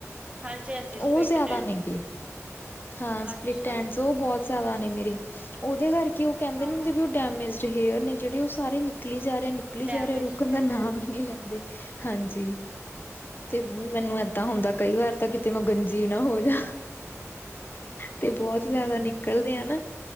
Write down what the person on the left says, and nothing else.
ਉਹ ਜ਼ਿਆਦਾ
ਨੇਗੇ ਹਾਂ ਸਪਲਿਟ।
<unintelligible> ਉਹ ਬਹੁਤ ਜ਼ਿਆਦਾ ਨੇ ਮੇਰੇ। ਉਹਦੇ ਕਰਕੇ ਉਹ ਕਹਿੰਦੇ
ਨੇ
ਹੁੰਦੇ ਵੀ
ਉਹ ਡੈਮੇਜਡ ਹੇਅਰ ਨੇ, ਜਿਹੜੇ ਉਹ ਸਾਰੇ ਨ ਨਿਕਲੀ ਜਾ ਰਿਹਾ, ਨਿਕਲੀ
ਜਾ ਰਿਹਾ, ਰੁਕਣ
ਦਾ ਨਾਮ ਹੀ ਨਹੀਂ ਲੈਂਦੇ ਹਾਂਜੀ। ਤੇ ਮੈਨੂੰ ਏਦਾਂ ਹੁੰਦਾ ਕਈ ਵਾਰ ਤਾਂ ਕਿਤੇ ਮੈਂ ਗੰਜੀ ਨਾ ਹੋ ਜਾ। ਤੇ ਬਹੁਤ ਜ਼ਿਆਦਾ ਨਿਕਲਦੇ ਆ ਨਾ।